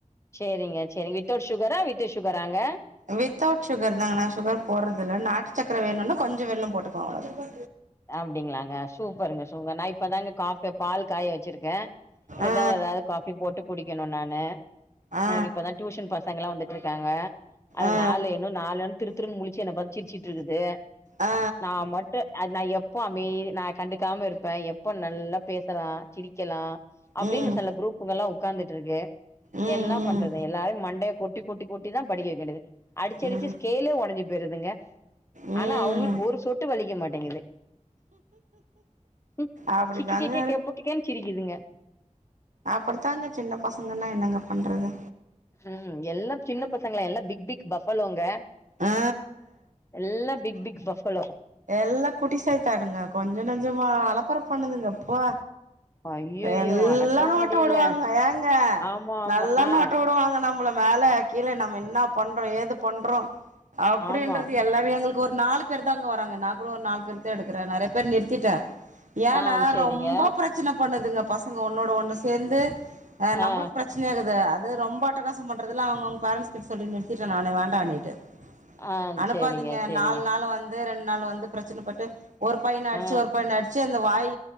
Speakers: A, on the left; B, on the right.
A: சேரிங்க சேரிங்க வித்தவுட் ஷூகரா வித்து ஷுகராங்க
B: வித்தவுட் ஷூகர் தாங்க நா ஷூகர் போர்றது இல நாட்டு சக்கர வேணுனா கொஞ்சோ வெல்லோ போட்டுக்குவோ அவ்ள தா
A: அப்டிங்களாங்க சூப்பருங்க சூ நா இப்ப தாங்க காஃபி பால் காய வச்சிருக்கே இனிதா
B: ஆ
A: எதாது காஃபி போட்டு குடிக்கணு நானு
B: ஆ
A: எனக்கு இப்பதா டியூஷன் பசங்கலா வந்துட்ருக்காங்க அது
B: ஆ
A: நாலு இன்னு நாலுன் திருத்திறுன் முழச்சு என்ன பாத்து‌ சிரிச்சிட்டு இருக்குது
B: ஆ ஆ ஆ ஆ
A: நா மட்டு அது நா எப்ப அமைதி நா கண்டுக்காம இருப்பே எப்போ நல்லா பேசலா சிரிக்கலா அப்டின்னு
B: ம்
A: சில குரூப்புகள்லா உக்காந்துட்டுருக்கு
B: ம்
A: என்ன பண்றது எல்லாரையு மண்டைய கொட்டி கொட்டிகொட்டி தா படிக்க வெக்க வேண்டிது அடிச்சடிச்சு
B: ம்
A: ஸ்கேலே ஒடஞ்சி போயிருதுங்க
B: ம்
A: ஆனா அவங்களுக்கு
B: ம்
A: ஒரு சொட்டு வலிக்க மாட் டிங்குது ம்
B: அப்டிதாங்க
A: சிக்கிக்கே கேகேப்பகே கேன்னு சிரிக்குதுங்க
B: அப்படித்தாங்க சின்ன பசங்கனா என்னங்க பண்றது
A: ம் எல்லா சின்ன பசங்களா எல்லா பிக் பிக் பஃபல்லோங்க
B: ஆ
A: எல்லா பிக் பிக் பஃபளோ
B: எல்லா குட்டிசைத்தானுங்க கொஞ்ச நெஞ்சமா அலப்பர பண்ணுதுங்க ப்பா
A: ஐயையோ
B: எல்லா
A: அடக்கவு
B: நோட்ட
A: முடியல
B: வுடுவாங்க ஏங்க
A: ஆமா ஆமா
B: நல்லா
A: ஆ
B: நோட்ட வுடுவாங்க நம்மள மேல கீழ நம்ம ன்னா பண்றோ ஏது பண்றோ அப்டின்றது
A: ஆமா
B: எல்லாமே எங்களுக்கு ஒரு நாலு பேர் தாங்க நா கூடோ ஒரு நாலு பேருத்தா எடுக்கற நெறைய பேர் நிறுத்திட்டே ஏனா
A: ஆ சேரிங்க
B: ரொம்போ பிரச் சன பண்ணுதுங்க பசங்க ஒன்னோட ஒண்ணு சேந்து அ நம்ளுக்கு
A: ஆ ஆ
B: பிரச் சினையாகிது அது ரொம்ப அட்டகாசோ பண்றதெல்ல அவங்கவங்க பேரண்ட்ஸ் கிட்ட சொல்லி நிறுத்திட்டே நானே வேண்டான்னிட்டு
A: ஆ
B: அனுப்பாதீங்க
A: சேரிங்க சேரிங்க
B: நாலு நாள் வந் து ரெண்டு நாள் வந்து பிரச்சனைப்பட்டு ஒரு பையன அடிச்சு
A: ஆ
B: ஒரு பையன அடிச் ச்சி அந்த வாயி